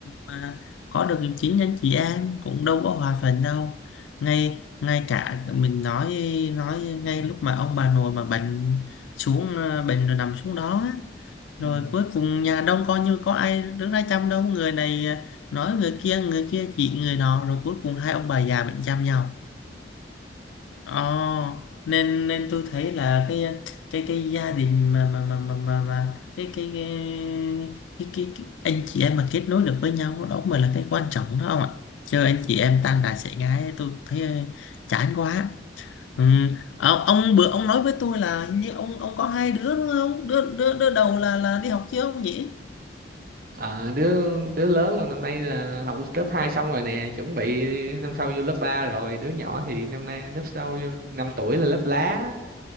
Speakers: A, on the left; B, on the right.
A: à, có được chính anh chị em cũng đâu có hòa thuận đâu ngay ngay cả mình nói nói ngay lúc mà ông bà nội mà bệnh xuống à, bệnh rồi nằm xuống đó á,
B: ừ.
A: rồi cuối cùng nhà đông coi như có ai đứng ra chăm đâu người này à, nói người kia người kia chỉ người nọ rồi cuối cùng hai ông bà già bệnh chăm nhau Ồ, nên nên tôi thấy là cái cái cái gia đình mà mà mà mà mà, mà cái, cái, cái, cái cái cái anh chị em mà kết nối được với nhau đó mới là cái quan trọng đó ông ạ chứ anh chị em tan đàn xẻ ngái tôi thấy ờ, chán quá ừ. Ờ, ông bữa ông nói với tôi là hình như ông ông có hai đứa đúng không đứa đứa, đứa đầu là là đi học chưa ông nhỉ
B: Ờ, đứa đứa lớn là năm nay là học lớp 2 xong rồi nè chuẩn bị năm sau vô lớp 3 rồi đứa nhỏ thì năm nay lớp sau vô 5 tuổi là lớp lá